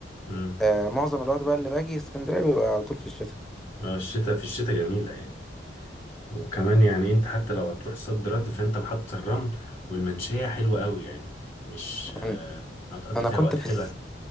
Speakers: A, on the left; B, in the centre.
A: مم.
B: آه معظم الوقت بقى اللي باجي اسكندرية بيبقى على طول في الشتاء
A: آه، الشتاء في الشتاء جميلة يعني وكمان يعني انت حتى لو هتروح صد رد فانت محطة الرمل والمنشية حلوة قوي يعني مش آه،
B: أنا
A: هتقضي
B: أنا
A: فيها
B: كنت
A: وقت
B: في,
A: حلو
B: الس...
A: هتلاقي